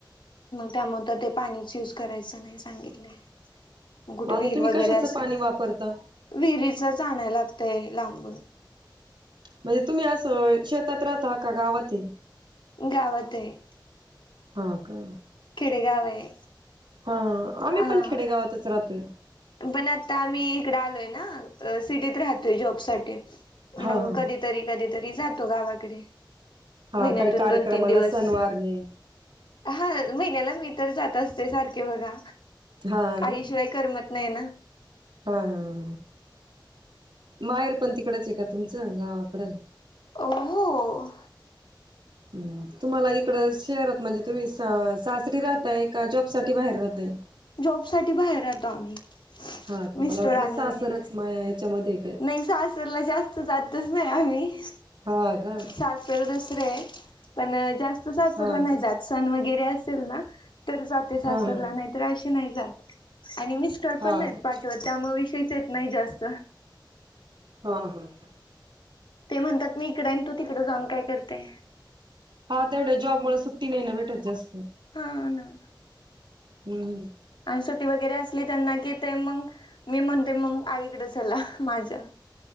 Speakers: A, on the left (about 75°); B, on the right (about 70°).
A: त्यामुळे तर ते पाणीच युज करायचं नाही सांगितले. मग कुठे
B: आता
A: विहीर
B: तुम्ही
A: वगैरे
B: कशाचं
A: असेल,
B: पाणी वापरता?
A: विहिरीचाच आणायला लागत. तय लांबून.
B: म्हणजे तुम्ही असं शेतात राहता, का गावात ये?
A: गावात आहे.
B: हा का.
A: खेडे गाव आहे.
B: हा आम्ही
A: हा
B: पण खेडेगावातच राहतोय.
A: पण आता आम्ही इकड आलोय ना, सिटीत राहतोय जॉब साठी.
B: हा
A: मग
B: हा
A: कधीतरी, कधीतरी जातो गावाकडे.
B: हा
A: महिन्यातून
B: काही कार्यक्रमाला
A: दोन-तीन दिवस,
B: सणवार हे
A: हा महिन्याला मी. तर जात असते सारखे बघा,
B: हा ना
A: आईशिवाय करमत नाही ना तर
B: हा हा माहेरपंथीकडेच आहे का, तुमचं गावाकडं?
A: ओ, हो.
B: हम्म. तुम्हाला इकड शहरात म्हणजे तुम्ही, सासरी राहताय, का जॉब साठी बाहेर राहताय.
A: जॉब साठी बाहेर राहतो आम्ही,
B: हा का मला
A: मिस्टर
B: वाटलं
A: आणि
B: सासरच
A: मी.
B: माया याच्यामध्ये आहे काही
A: नाही सासरला जास्त जातच नाही आम्ही
B: हा का
A: सासर पण जास्त सासरला
B: हा
A: नाही
B: का
A: जात, सण वगैरे असेल ना तर जाते सासरला,
B: हा हा
A: नाही तर अशी नाही जात. आणि मिस्टर
B: हा
A: पण नाहीत
B: का
A: पाठवत, त्यामुळे विषयीच येत नाही जास्त.
B: हा हा हा.
A: ते म्हणतात, मी इकडे आणि तू तिकडं जाऊन काय करते?
B: हा, तेवढे जॉब मुळ सुट्टी नाही ना भेटत जास्त?
A: हा, ना.
B: ह ह.
A: आणि सुट्टी वगैरे असली, त्यांना की ते मग मी म्हणते, मग आईकडं चला माझ्या.